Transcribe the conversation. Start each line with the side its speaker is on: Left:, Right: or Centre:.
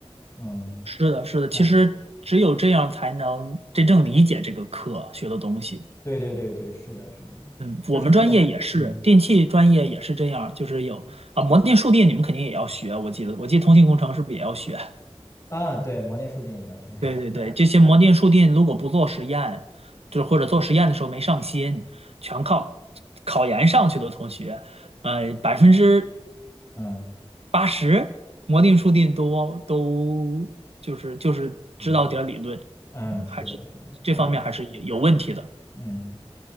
Left: 嗯。
Right: 是的，是的，其实只有这样才能真正理解这个课学的东西。
Left: 像对对对对，是的，是的，
Right: 嗯，我们专业也是，
Left: 就是呢，嗯
Right: 电气专业也是这样，就是有啊，模电、数电你们肯定也要学，我记得，我记得通信工程是不是也要学？
Left: 啊，对，模电数电也要学，<laughs>
Right: 对对对，这些模电、数电如果不做实验，就是或者做实验的时候没上心，全靠考研上去的同学，呃，百分之
Left: 嗯
Right: 八十，摩定数定都都就是就是知道点儿理论，
Left: 嗯嗯，
Right: 嗯，
Left: 是的，
Right: 还是这方面还是有有问题的。
Left: 是的，模电，嗯嗯，